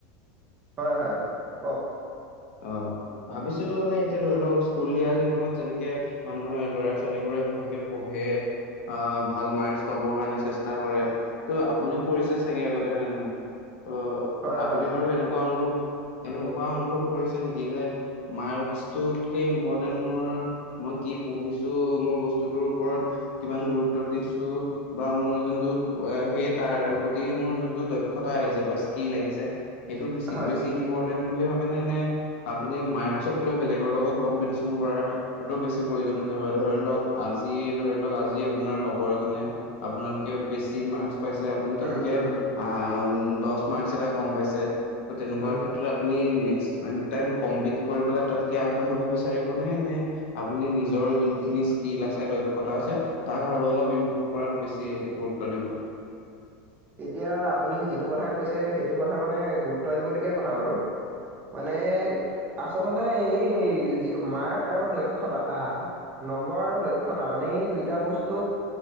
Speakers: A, on the right (about 25°); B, on the left (about 85°).
A: হয়, হয়, কওঁক।
B: অ' ভাবিছিলো মানে এতিয়া ধৰি লওক স্কুলীয়া জীৱনত যেনেকে মানুহে লৰা ছোৱালী বোৰে ভালকে পঢ়ে আহ ভাল মাৰ্ক্স পাবৰ কাৰনে চেষ্টা কৰে ত আপুনিও কৰিছে চাগে আগতে হয় নে নহয়? ত
A: হয়
B: আপুনি
A: হয়
B: বাৰু এনেকুৱা অনুভৱ এনকোৱা অনুভৱ কৰিছে নেকি যে মাৰ্ক্সটোতকে ইম্পৰ্টেণ্ট মোৰ, মই কি পঢ়িছোঁ, মোৰ বস্তুটোৰ উপৰত কিমান গুৰুত্ব দিছোঁ, বা মই যো এ সেই তাৰ প্ৰতি মোৰ যোনটো দক্ষতা আহিছে বা স্কিল্ আহিছে সেইটো বেছি
A: হয়
B: বেছি ই্পৰ্ট তেন বুলি ভাবে নে নে আপুনি মাৰ্ক চকলে বেলেগ লগত কম্পিতিছন কৰাৰ টো বেছি প্ৰয়োজন বুলি ভাবে, ধৰি লওক আজি ধৰি লওক আজি আপোনাৰ লগৰ এজনে আপোনাতকে বেছি মাৰ্ক্স পাইছে আপুনি তাতকে
A: উম উম
B: আ দছ মাৰ্ক্স এটা কম পাইছে ত তেনেকুৱা
A: উম
B: ক্ষেত্ৰত আপুনি নে এ টাইম কম্পিত কৰি পেলাই তাতকে আগবাঢ়িব বিচাৰিব নে? নে আপুনি নিজৰ যোনখিনি স্কিল আছে দক্ষতা আছে তাক আৰু অলপ ইম্প্ৰভ কৰাত বেছি গুৰুত্ব দিব?
A: এতিয়া আপুনি যিটো কথা কৈছে সেইটো কথ কথা মানে গুৰুত্ব দিবলগীয়া কথা বাৰু। মানে আচলতে এই এই যি মাৰ্ক আৰু দক্ষতা আহ নম্বৰ আৰু দক্ষতা মানে এই দুইটা বচ তো